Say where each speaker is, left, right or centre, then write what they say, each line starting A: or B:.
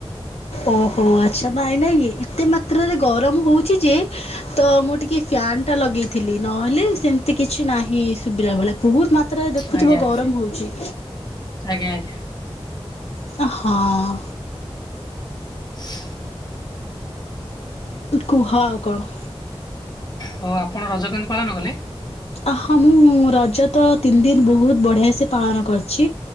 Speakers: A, on the left; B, on the left.
A: ଓହୋ ଆଚ୍ଛା ନାଇଁ ନାଇଁକି ଏତେ ମାତ୍ରାରେ ଗରମ ହଉଛି ଯେ ତ ମୁଁ ଟିକେ ଫ୍ୟାନ୍ ଟା ଲଗେଇଥିଲି ନହେଲେ ସେମେ ଏତେ କିଛି ନାହିଁ ଶୁଭିଲା ଭଳିଆ ବହୁତ ମାତ୍ରାରେ ଦେଖୁଥିବ
B: ଆଜ୍ଞା
A: ଗରମ ହେଉଛି।
B: ଆଜ୍ଞା ଆଜ୍ଞା।
A: ତ ହଁ।
B: <unintelligible>
A: କୁହ ଆଉ କଣ?
B: ହଉ ଆପଣ ରଜ କେମିତି ପାଳନ କଲେ?
A: ଅ ହଁ ମୁଁ ରଜ ତ ତିନି ଦିନ ବହୁତ ବଢ଼ିଆ ସେ ପାଳନ କରିଚି।